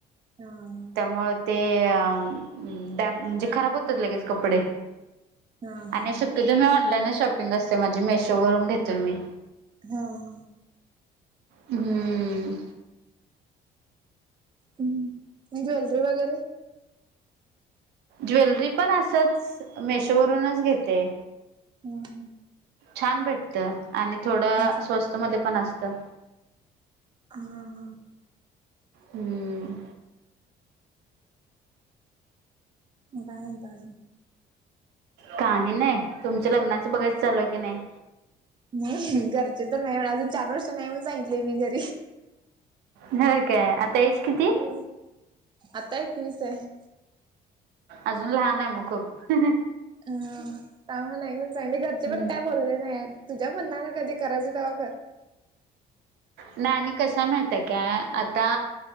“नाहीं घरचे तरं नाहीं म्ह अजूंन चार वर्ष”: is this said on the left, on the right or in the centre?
Right